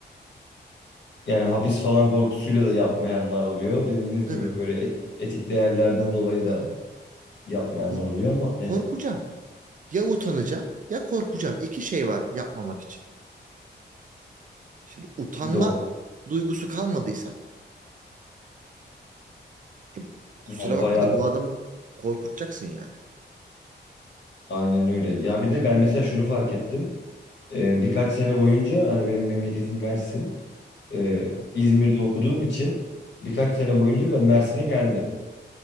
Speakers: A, on the left; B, on the right.
A: yani hapis falan korkusuyla da yapmayanlar oluyor. Dediğiniz
B: Tabii.
A: gibi böyle et- etik değerlerden dolayı
B: Hı
A: da
B: hı.
A: yapmayanlar
B: Kork-
A: oluyor ama hani
B: korkacağım. Ya utanacağım ya korkacağım. İki şey var yapmamak için. Şimdi utanma
A: doğru.
B: duygusu kalmadıysa e, kusura
A: Yani
B: bakma
A: bayağı
B: da bu adamı korkutacaksın yani.
A: aynen öyle. Ya bir de ben mesela şunu fark ettim. Ee, birkaç sene boyunca hani benim memleketim Mersin. Ee,
B: Hı.
A: İzmir'de okuduğum için birkaç sene boyunca ben Mersin'e gelmedim.